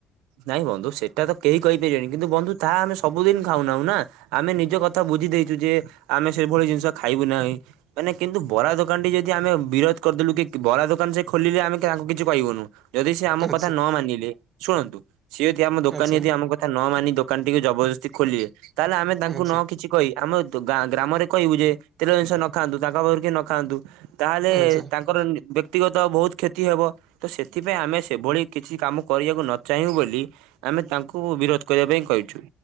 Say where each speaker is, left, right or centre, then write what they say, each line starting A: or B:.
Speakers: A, on the right (about 85°); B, on the right (about 45°).
A: ନାଇଁ ବନ୍ଧୁ ସେଟା ତ କେହି କହିପାରିବେନି କିନ୍ତୁ ବନ୍ଧୁ ତାହା ଆମେ ସବୁଦିନ ଖାଉନାହୁଁ ନା। ଆମେ ନିଜ କଥା ବୁଝି ଦେଇଛୁ ଯେ ଆମେ ସେଭଳି ଜିନିଷ ଖାଇବୁ ନାହିଁ। ମାନେ କିନ୍ତୁ ବରା ଦୋକାନ ଟି ଯଦି ଆମେ ବିରୋଧ କରିଦେଲୁ କି ବରା ଦୋକାନ ସେ ଖୋଲିଲେ ଆମେ ତାଙ୍କୁ କିଛି କହିବୁନୁ। ଯଦି ସି ଆମ
B: ଆଚ୍ଛା
A: କଥା ନ ମାନିଲେ ଶୁଣନ୍ତୁ ସିଏ ଯଦି ଆମ ଦୋକାନ
B: ଆଚ୍ଛା
A: ଯଦି <inaudible> ମୋ କଥା ନ ମାନି ଦୋକାନ ଟିକୁ ଜବରଦସ୍ତି ଖୋଲିବେ ତାହେଲେ ଆମେ ତାଙ୍କୁ
B: ଆଚ୍ଛା
A: ନ କିଛି କହି ଆମେ ଗାଁ ଗ୍ରାମରେ କହିବୁ ଯେ ତେଲ ଜିନିଷ ନ ଖାଆନ୍ତୁ ତାଙ୍କ ପାଖରୁ କେହି ନ ଖାଆନ୍ତୁ। ତାହେଲେ
B: ଆଚ୍ଛା
A: ତାଙ୍କର ବ୍ୟକ୍ତିଗତ ବହୁତ କ୍ଷତି ହେବ ତ ସେଥିପାଇଁ ଆମେ ସେଭଳି କିଛି କାମ କରିବାକୁ ନ ଚାହିଁବୁ ବୋଲି ଆମେ ତାଙ୍କୁ ବିରୋଧ କରିବା ପାଇଁ କହିଛୁ